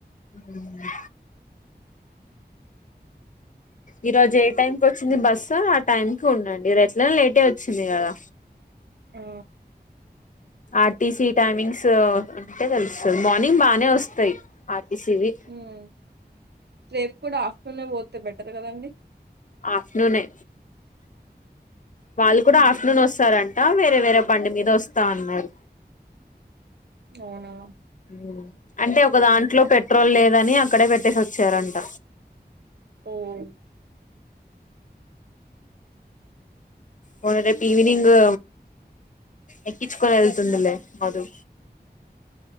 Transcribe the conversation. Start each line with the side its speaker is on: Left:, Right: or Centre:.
Left: మ్మ్ ఈ రోజు ఏ టైమ్ కి వచ్చింది బస్సు ఆ టైం కి ఉండండి రె ఎట్లనే లేటే వచ్చింది కదా
Right: ఆ
Left: ఆర్ టి సి టైమింగ్స్ అంటే తెలుస్తది మార్నింగ్ బానే వస్తాయి ఆ టి సి వి
Right: మ్మ్ రేపు కూడా ఆఫ్టూనే పోతే బెటర్ కదండి
Left: ఆఫ్టర్నూన్ ఏ వాళ్ళు
Right: ఉమ్.
Left: కూడా ఆఫ్టర్నూన్ వస్తారన్ త వేరే వేరే పండు మీద వస్తా అన్నారు
Right: అవునా
Left: మ్మ్ అంటే ఒక దాంట్లో
Right: నాకే
Left: పెట్రోల్ లేదని అప్ అక్కడే పెట్టేసి వచ్చారంట
Right: హ్మ్
Left: మరి రేపు ఈవెనింగు ఎక్కించ్ క్కోని వెళ్తుందిలే మధు